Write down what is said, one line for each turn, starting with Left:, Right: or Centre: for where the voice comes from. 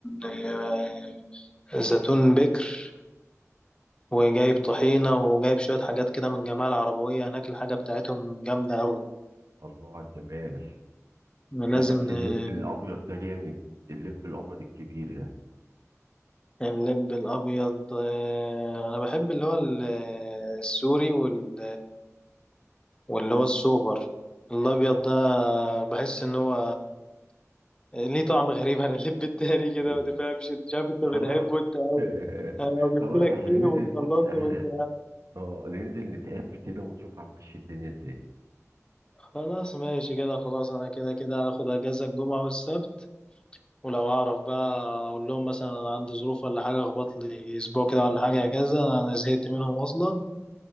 Left: آه، زيتون بكر وجايب طحينة وجايب شوية حاجات كده من الجماعة العربوية هناك الحاجة بتاعتهم جامدة أوي
Right: الله على الجمال
Left: لازم
Right: لا بس اللب
Left: ن-
Right: الابيض ده جامد اللب الابيض الكبير ده
Left: يعني اللب الأبيض آه، أنا بحب اللي هو ال- السوري وال... واللي هو السوبر الأبيض ده بحس إن هو يعني ليه طعم غريب عن اللب التاني كده
Right: م.
Left: ما تفهمش انت شايف انت بتحبه
Right: خلاص
Left: انت
Right: <laughs>
Left: انا لو جبت
Right: خلاص
Left: لك
Right: احنا
Left: كيلو
Right: ننزل بص
Left: وتخلصه
Right: احنا
Left: وانت
Right: اه ننزل نتقابل كده ونشوف هنمشي الدنيا ازاي
Left: خلاص ماشي كده خلاص انا كده كده هاخد اجازه الجمعه والسبت ولو هعرف بقى اقول لهم مثلا انا عندي ظروف ولا حاجه اخبط لي اسبوع كده ولا حاجه اجازه انا زهقت منهم اصلا